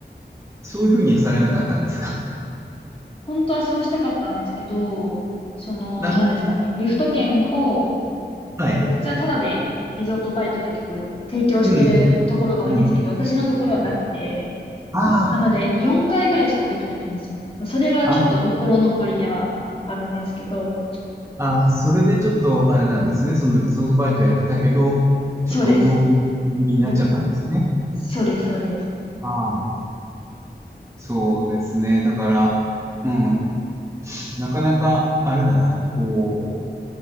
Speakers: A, on the right; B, on the left.
A: ど、そういうふうにはされなかったんですか
B: 本当はそうしたかったんですけど、その、
A: なんか、
B: 何ですかね、リフト券を、
A: はい。
B: こう、普通はタダで、リゾートバイトで結構提供してるところが多いんですけど、
A: うん。うん。うん。
B: 私のところはなくて、
A: うん。ああー、
B: なので、4回ぐらいしかできてないんですよ。それがちょっと心残りではあるんですけど、
A: ああ、それでちょっとあれなんですね。そのリゾートバイトやってたけど、
B: そうです。
A: ちょっと運動気味になっちゃったんですね。
B: ぶそうです、そうです。
A: ああ、そうですね。だから、うん、なかなかあれだな。こ